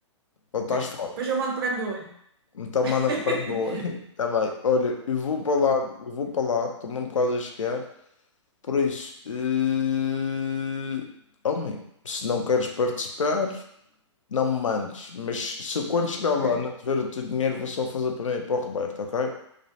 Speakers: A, on the left; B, on the right.
A: Ou
B: ok.
A: estás fora.
B: Depois eu mando por MBWay.
A: Então
B: <laughs>
A: manda-me para boa. <laughs> Está bem. Olha, eu vou para lá, eu vou para lá, estou mesmo quase a chegar. Por isso, eh, homem, se não queres participar, não me mandes. Mas se eu, quando chegar
B: Ok.
A: lá não te o teu dinheiro, vou só fazer para mim e para o Roberto, ok?